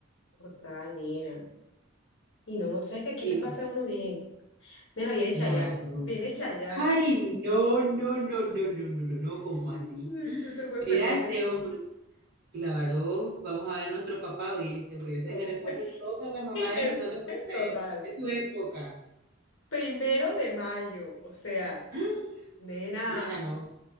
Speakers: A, on the left; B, on the right.
A: Total, nena. Y no, sabes que aquí
B: Ay,
A: la pasa uno bien. Nena, viene
B: claro.
A: Chayanne, viene Chayanne.
B: Ay, no, no, no, no, no, no, no, no, ¿cómo
A: <laughs>
B: así?
A: No te lo puedes
B: Mira
A: perder.
B: ese hombre. Claro, vamos a ver a nuestro papá, ¿oíste? Porque ese
A: No,
B: es el esposo
A: <laughs>
B: de toda la mamá
A: el
B: de nosotros, en nuestra
A: total.
B: e- de su época.
A: Primero de mayo, o sea,
B: <gasps>
A: nena,
B: Nena, no.